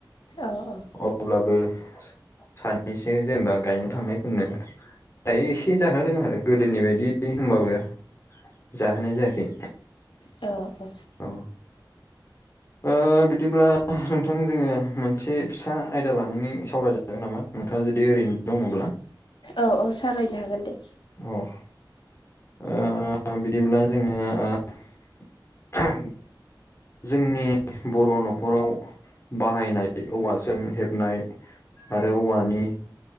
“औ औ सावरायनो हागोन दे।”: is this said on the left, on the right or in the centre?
Left